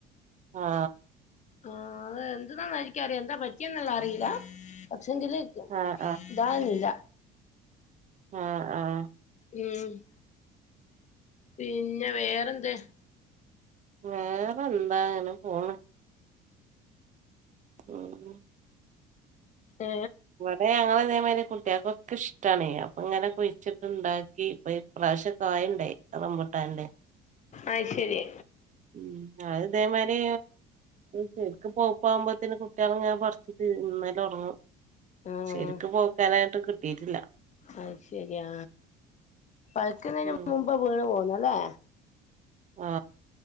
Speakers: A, on the right; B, on the left.
A: ആ
B: ആ അത് എന്ത്ന്നാന്ന് ആരിക്കറിയാം എന്താ പറ്റിയെന്ന്ള്ളെ അറിയില്ല പക്ഷ് ക്ഷേങ്കിൽ
A: ആഹ്
B: ഇതാന്നില്ല
A: ആ ആ
B: മ്മ് പിന്ന വെറെന്ത്
A: വേറെ എന്താ ഇങ്ങെനെ പോണ് ഉം ഉം
B: ഏ
A: ഏ ഞങ്ങൾ ഇതെമാതിരി കുട്ടികൾക്കോക്കെ ഇഷ്ടാണ് അപ്പോ ഇങ്ങനെ കുഴിച്ചിട്ട്ണ്ടാക്കി ഇപ്പോ ഇപ്രാവശ്യം കായിണ്ടായി റമ്പുട്ടാന്റെ
B: അത് ശരി
A: മ്മ് അത് ഇതെമാരി ശരിക്കും പോപ്പ ആവുമ്പോത്തന് കുട്ടികൾ ഇങ്ങനെ പറിച്ചിട്ട് തിന്നല് ത്തോടെങ്ങും
B: ആഹ്
A: ശരിക്ക് പോക്കാനായിട്ട് കിട്ടിയിട്ടില്ല
B: അത് ശരിയാ പയിക്കുന്നതിന്
A: ഉം
B: മുമ്പ് വീണ് പോന്നല്ലേ
A: ആ